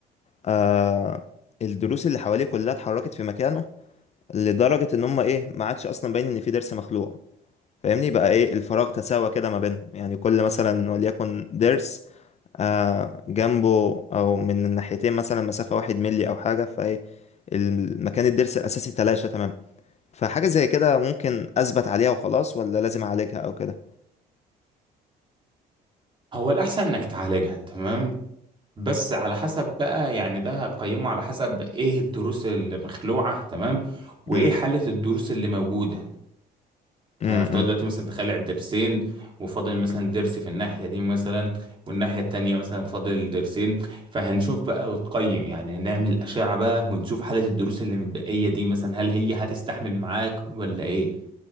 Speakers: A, on the left; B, on the right.
A: آه الضروس اللي حواليه كلها اتحركت في مكانه لدرجة إن هما إيه ما عادش أصلا باين إن في ضرس مخلوع فاهمني بقى إيه الفراغ تساوى كده ما بينهم يعني كل مثلا وليكن ضرس آه، جنبه او من الناحيتين مثلا مسافة واحد ملي او حاجة فايه المكان الضرس الاساسي تلاشى تمام فحاجة زي كده ممكن اثبت عليها وخلاص ولا لازم اعالجها او كده
B: هو الأحسن إنك تعالجها تمام بس على حسب بقى يعني ده هقيمه على حسب ايه الدروس المخلوعة تمام وايه
A: مم،
B: حالة الدروس اللي موجودة
A: مم،
B: يعني نفترض
A: مم،
B: دلوقتي مثلا تخلع الدرسين وفاضل مثلا درس في الناحية دي مثلا والناحية التانية مثلا فاضل درسين فهنشوف بقى وتقيم يعني هنعمل أشعة بقى ونشوف حالة الدروس اللي متبقية دي مثلا هل هي هتستحمل معاك ولا ايه